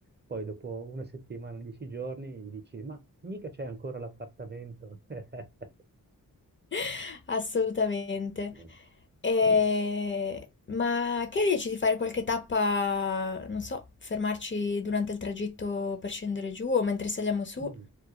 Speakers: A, on the right; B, on the left.
A: poi dopo una settimana, dieci giorni, gli dici, ma mica c'è ancora l'appartamento. <laughs>
B: <laughs> Assolutamente.
A: Mm.
B: E- Ma che dici di fare qualche tappa, non so, fermarci durante il tragitto per scendere giù o mentre saliamo su?
A: Mm.